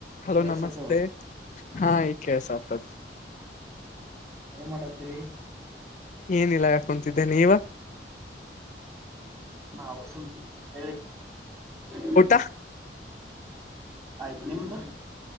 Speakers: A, on the left; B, on the right.
A: Hello
B: ಕೇಳ್ಸತದ
A: ನಮಸ್ತೆ ಹಾ ಈಗ ಕೇಳಸ್ತಾದ.
B: ಏನ್ ಮಾಡತ್ತೀರಿ.
A: ಏನಿಲ್ಲಾ ಕೊಂತಿದ್ದೇನೆ ನೀವ.
B: <inaudible>
A: ತ್ತ.
B: ಆಯ್ತು ನಿಮ್ದು